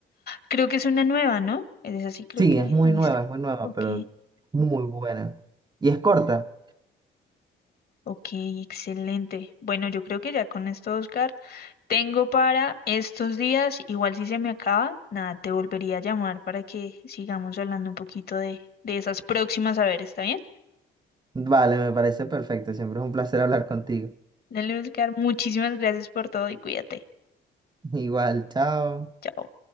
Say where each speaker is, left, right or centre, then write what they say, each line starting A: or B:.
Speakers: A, on the left; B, on the right.
A: Creo que es una nueva, ¿no? Es así, creo
B: Sí,
A: que
B: es muy
A: he visto.
B: nueva, es muy nueva,
A: Ok.
B: pero muy buena. Y es corta.
A: Ok, excelente. Bueno, yo creo que ya con esto, Oscar, tengo para estos días, igual si se me acaba, nada, te volvería a llamar para que sigamos hablando un poquito de, de esas próximas, a ver, ¿está bien?
B: Vale, me parece perfecto. Siempre es un placer hablar contigo.
A: Dale, Oscar, muchísimas gracias por todo y cuídate.
B: <laughs> Igual, chao.
A: Chao.